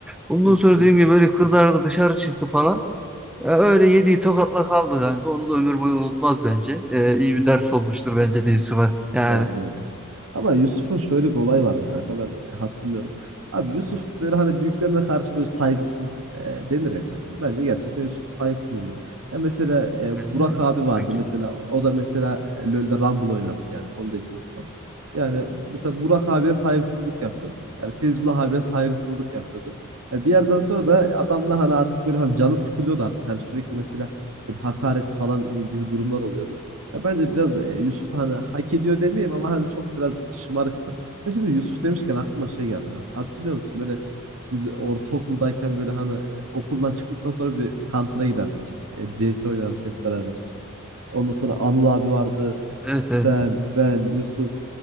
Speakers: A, in the centre; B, on the right.
A: Ondan
B: <laughs>
A: sonra
B: Şu-
A: dediğim gibi böyle kızardı dışarı çıktı falan. E, öyle yediği tokatla kaldı kanka. Onu da ömür boyu unutmaz bence. E, iyi bir ders olmuştur bence de Yusuf'a. Yani
B: Doğru doğru. Ama Yusuf'un şöyle bir olayı vardı kanka ben hatırlıyorum. Abi Yusuf böyle hani büyüklerine karşı böyle saygısız e, denir ya kanka. Bence gerçekten Yusuf saygısızdı. Ya mesela e, Burak
A: evet.
B: abi vardı
A: Okey.
B: mesela o da mesela e, LoL'de Rumble oynardı yani onu da hiç unutmam. Yani mesela Burak abiye saygısızlık yapıyordu. Yani Feyzullah abiye saygısızlık yapıyordu. Ya bir yerden sonra da adamlar hani artık böyle hani canı sıkılıyordu artık. Hani sürekli mesela böyle hakaret falan gibi durumlar oluyordu. Ya bence biraz e, Yusuf da hani hak ediyor demeyeyim ama hani çok biraz şımarıktı. Ya şimdi Yusuf demişken aklıma şey geldi. Hani hatırlıyor musun? Böyle biz ortaokuldayken böyle hani e, okuldan çıktıktan sonra bir Counter'a giderdik. E, CS oynardık hep beraber. Ondan sonra Anıl abi vardı.
A: Evet
B: Sen,
A: evet.
B: ben, Yusuf.